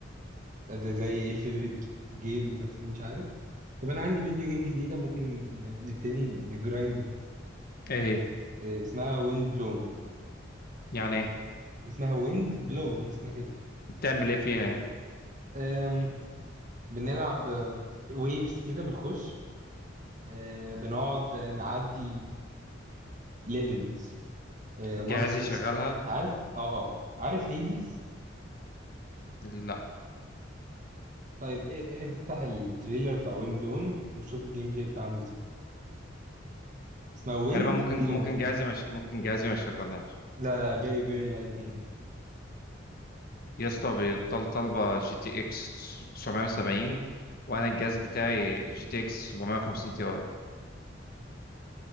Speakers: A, on the right (about 40°); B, on the left (about 50°).
A: ده زي ايه الفيفوريت جيم فتقولي مش عارف طب انا عندي فيديو جيم جديده ممكن ن- نبتدي نجرايند
B: ايه هي؟
A: آه، اسمها ويند بلون
B: يعني ايه
A: اسمها ويند بلون هي اسمها كده
B: بتعمل ايه فيها يعني
A: آم، بنلعب ويفز كده بنخش آه، بنقعد آه، نعدي ليفلز مونسترز
B: جهازي شغالها
A: عارف اه اه آه. عارف هيديز
B: لا
A: طيب إيه إيه افتح التريلر بتاع ويند بلون وشوف الجيم بلاي بتاعه عامل ازاي اسمها ويند
B: تقريبا ممكن
A: بلون
B: ممكن جهازي مش ممكن جهازي ما يشغلهاش
A: لا لا فيري فيري لايت جيم
B: يا اسطى بيطل- طالبه جي تي اكس 970 وانا الجهاز بتاعي جي تي اكس 750 تي اي